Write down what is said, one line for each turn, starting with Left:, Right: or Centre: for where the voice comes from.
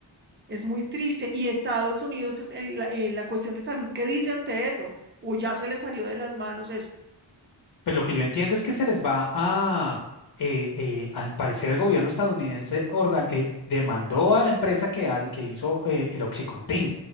Right: es muy triste. ¿Y Estados Unidos es el- la, eh, la cuestión de salud? ¿Qué dice ante eso? ¿O ya se le salió de las manos eso?
Left: Pues lo que yo entiendo es que se les va a, eh, eh, al parecer el gobierno estadounidense organ- eh, demandó a la empresa que, ha- que hizo eh, el OxyContin